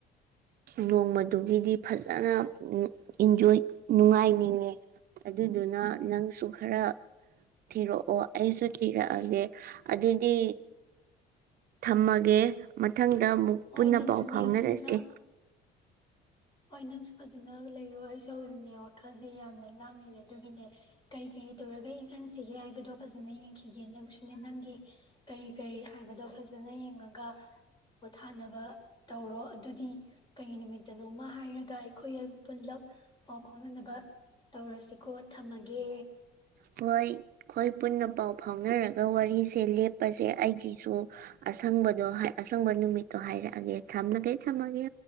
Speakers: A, on the right; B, on the left.
A: ꯅꯣꯡꯃꯗꯨꯒꯤꯗꯤ ꯐꯖꯅ ꯏꯟꯖꯣꯏ ꯅꯨꯡꯉꯥꯏꯅꯤꯡꯉꯦ ꯑꯗꯨꯗꯨꯅ ꯅꯪꯁꯨ ꯈꯔ ꯊꯤꯔꯛꯑꯣ ꯑꯩꯁꯨ ꯊꯤꯔꯛꯑꯒꯦ ꯑꯗꯨꯗꯤ ꯊꯝꯃꯒꯦ ꯃꯊꯪ ꯗ ꯑꯃꯨꯛ
B: ꯍꯣꯏ
A: ꯄꯨꯟꯅ
B: ꯅꯪꯁꯨꯅꯦ
A: ꯄꯥꯎ ꯐꯥꯎꯅꯔꯁꯤꯦ
B: ꯐꯖꯅ ꯍꯣꯏ ꯅꯪꯁꯨ ꯐꯖꯅ ꯂꯩꯔꯣ ꯑꯩꯁꯨ ꯍꯧꯖꯤꯛꯅꯦ ꯋꯥꯈꯜꯁꯦ ꯌꯥꯝꯅ ꯂꯥꯡꯉ ꯑꯗꯨꯒꯤꯅꯦ ꯀꯔꯤ ꯀꯔꯤ ꯇꯧꯔꯒ ꯏꯪꯍꯟꯁꯤꯒꯦ ꯍꯥꯏꯕꯗꯣ ꯐꯖꯅ ꯌꯦꯡꯈꯤꯒꯦ ꯅꯪꯁꯨꯅꯦ ꯅꯪꯒꯤ ꯀꯔꯤ ꯀꯔꯤ ꯍꯥꯏꯕꯗꯣ ꯐꯖꯅ ꯌꯦꯡꯉꯒ ꯄꯣꯊꯥꯅꯕ ꯇꯧꯔꯣ ꯑꯗꯨꯗꯤ ꯀꯔꯤ ꯅꯨꯃꯤꯠꯇꯅꯣꯃ ꯍꯥꯏꯔꯒ ꯑꯩꯈꯣꯏ ꯄꯨꯂꯞ ꯄꯥꯎ ꯐꯥꯎꯅꯅꯕ ꯇꯧꯔꯁꯤꯀꯣ ꯊꯝꯃꯒꯦ
A: ꯍꯣꯏ ꯑꯩꯈꯣꯏ ꯄꯨꯟꯅ ꯄꯥꯎ ꯐꯥꯎꯅꯔꯒ ꯋꯥꯔꯤꯁꯦ ꯂꯦꯞꯄꯁꯦ ꯑꯩꯒꯤꯁꯨ ꯑꯁꯪꯕꯗꯣ ꯑꯁꯪꯕ ꯅꯨꯃꯤꯠꯇꯣ ꯍꯥꯏꯔꯛꯑꯒꯦ ꯊꯝꯃꯒꯗꯤ ꯊꯝꯃꯒꯦ